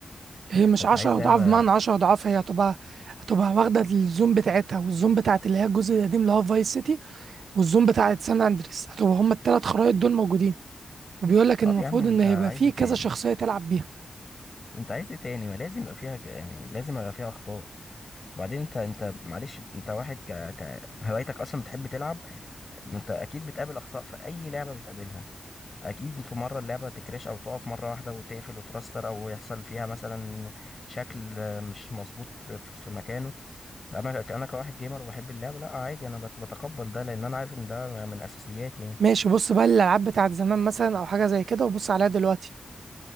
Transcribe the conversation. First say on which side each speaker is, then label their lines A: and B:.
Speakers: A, on the right (about 80°); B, on the left (about 35°).
A: هي مش
B: فانت
A: عشر
B: عايز لعبه
A: أضعاف بمعنى عشر أضعاف هي هتبقى هتبقى واخدة الزوم بتاعتها والزوم بتاعت اللي هي الجزء القديم اللي هو فايس سيتي والزوم بتاعت سان أندريس هتبقى هما التلات خرايط دول موجودين وبيقول لك
B: طب
A: إن المفروض
B: يا عم انت
A: إن هيبقى
B: عايز
A: فيه
B: ايه
A: كذا
B: تاني
A: شخصية تلعب بيها
B: انت عايز ايه تاني ما لازم يبقى فيها ج- يعني لازم يبقى فيها اخطاء وبعدين انت انت معلش انت واحد ك ك هوايتك اصلا بتحب تلعب انت اكيد بتقابل اخطاء في اي لعبه بتقابلها اكيد في مره اللعبه تكراش او تقف مره واحده وتقفل وترستر او يحصل فيها مثلا شكل آه، مش مظبوط في في مكانه انا انا كواحد جيمر وبحب اللعبه لا عادي انا بت- بتقبل ده لان انا عارف ان ده من اساسياتي يعني
A: ماشي بص بقى الألعاب بتاعت زمان مثلا أو حاجة زي كده وبص عليها دلوقتي